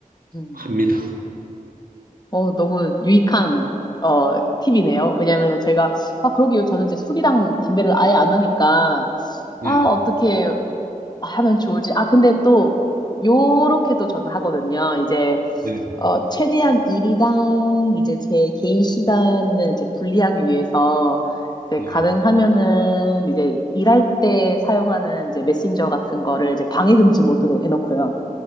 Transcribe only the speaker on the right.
합니다.
예.
네,
예,